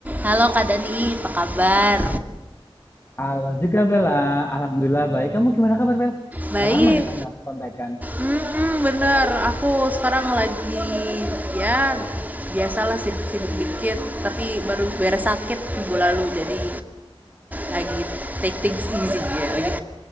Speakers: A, on the right; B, on the left.
A: Halo Kak Dani, apa kabar?
B: Halo juga Bella, Alhamdulillah baik. Kamu gimana kabar Bel?
A: Baik,
B: Udah lama kita nggak kontekan.
A: mm bener. Aku sekarang lagi ya biasalah sibuk-sibuk dikit, tapi baru beres sakit minggu lalu, jadi lagi take things easy ya, lagi